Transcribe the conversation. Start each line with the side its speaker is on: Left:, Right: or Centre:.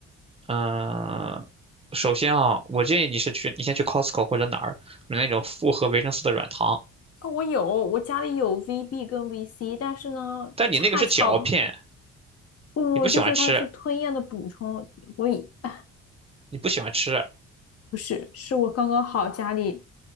Right: 嗯，首先啊，我建议你是去，你先去 Costco 或者哪儿买那种复合维生素的软糖，
Left: 哦我有，我家里有 VB 跟 VC，但是呢，
Right: 但你那个是嚼片，
Left: 恰巧我就是它是吞咽的补充，
Right: 你不喜欢吃，
Left: 我以，哎
Right: 你不喜欢吃，
Left: 不是，是我刚刚好家里